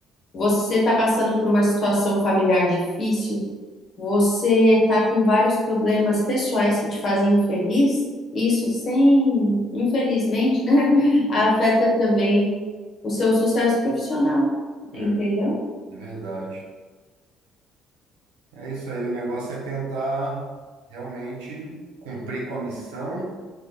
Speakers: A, on the left (about 50°); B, on the right (about 80°).
A: você está passando por uma situação familiar difícil. Você está com vários problemas pessoais que te fazem infeliz, isso sem, infelizmente, né, <laughs> afeta também o seu sucesso profissional,
B: É,
A: entendeu?
B: é verdade. É isso aí, o negócio é tentar realmente cumprir com a missão